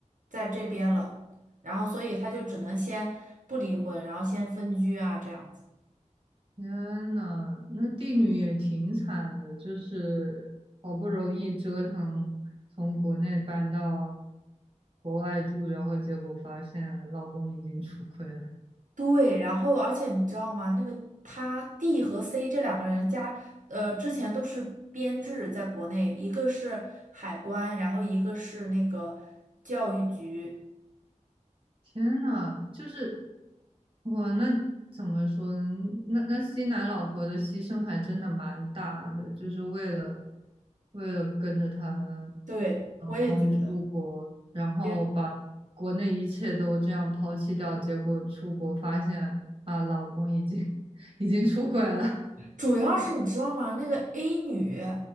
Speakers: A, on the right; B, on the right.
A: 在这边了，然后所以她就只能先不离婚，然后先分居啊这样子。
B: 天呐，那帝女也挺惨的，就是好不容易折腾从国内搬到国外住，然后结果发现老公已经出轨了。
A: 对，然后而且你知道吗？那个他 D 和 C 这两个人加，呃，之前都是编制，在国内，一个是海关，然后一个是那个教育局。
B: 天呐，就是哇，那怎么说呢？那那西南老婆的牺牲还真的蛮大的，就是为了为了跟着她
A: 对，
B: 老公出国，
A: 我也觉得，
B: 然后把国内一切都这样抛弃掉，
A: 也
B: 结果出国发现啊，老公已经 <laughs> 已经出轨了。
A: 主要是你知道吗？那个 A 女，